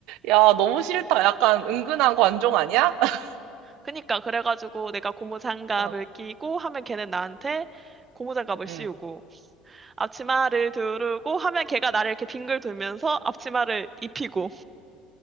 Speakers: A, on the right (about 65°); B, on the right (about 30°).
A: 야, 너무 싫다. 약간 은근한 관종 아니야? <laughs>
B: 그니까, 그래가지고 내가 고무장갑을
A: 어,
B: 끼고 하면 걔는 나한테 고무장갑을 씌우고,
A: 응.
B: 앞치마를 두르고 하면 걔가 나를 이렇게 빙글 돌면서 앞치마를 입히고,